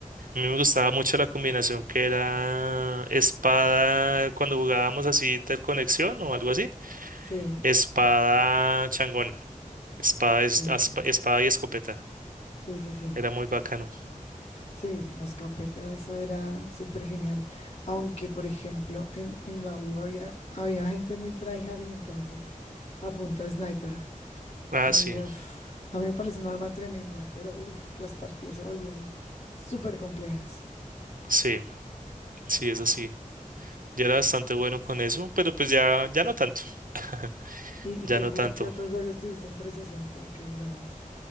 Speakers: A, on the right (about 80°); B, on the left (about 50°).
A: mí me gustaba mucho la combinación que era espada, cuando jugábamos así interconexión o algo así,
B: Sí,
A: espada changón, espada,
B: sí,
A: es- aspa- espada y escopeta.
B: sí, sí, sí.
A: Era muy bacano.
B: Sí, la escopeta, eso era súper genial. Aunque, por ejemplo, en, en la U había, había gente muy tryhard y entonces apunta a punta de sniper.
A: Ah,
B: Y
A: sí,
B: uf, a mí me parece un arma tremenda, pero uf, las partidas se volvían súper complejas.
A: sí, sí, eso sí. Yo era bastante bueno con eso, pero pues ya, ya no tanto. <laughs>
B: ¿Y, y
A: Ya
B: qué,
A: no
B: ju-
A: tanto.
B: qué otros juegos tuviste en 360 o qué jugabas?